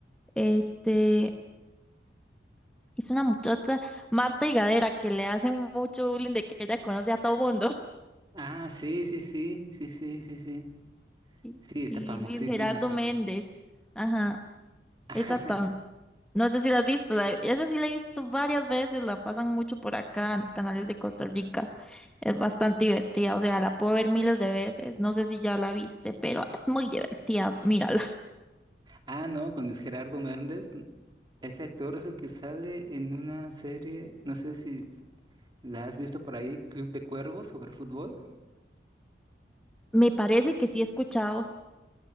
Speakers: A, in the centre; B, on the right.
A: este, es una muchacha, Marta Higadera, que le hacen mucho bullying de que ella conoce a todo mundo. <laughs>
B: Ah, sí, sí, sí, sí, sí, sí, sí.
A: Y,
B: Sí, está
A: y
B: famosísima
A: Luis Gerardo
B: también.
A: Méndez. Ajá,
B: <laughs>
A: esa No sé si la has visto, la, esa sí la he visto varias veces, la pasan mucho por acá en los canales de Costa Rica. Es bastante divertida, o sea, la puedo ver miles de veces. No sé si ya la viste, pero es muy divertida, mírala.
B: Ah, no, con Luis Gerardo Méndez. Ese actor es el que sale en una serie, no sé si la has visto por ahí, Club de Cuervos sobre fútbol.
A: <laughs> Me parece que sí he escuchado.